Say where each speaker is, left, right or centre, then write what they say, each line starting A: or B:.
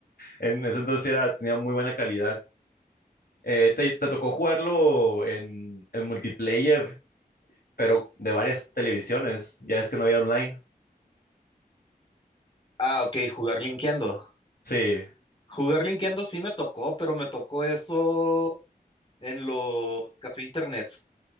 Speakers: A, on the left; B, on the left.
A: en ese entonces era, tenía muy buena calidad. Eh, ¿te, te tocó jugarlo en, en multiplayer? pero de varias televisiones. Ya es que no había online.
B: Ah, ok, jugar linkeando.
A: Sí.
B: Jugar linkeando sí me tocó, pero me tocó eso en los café internet.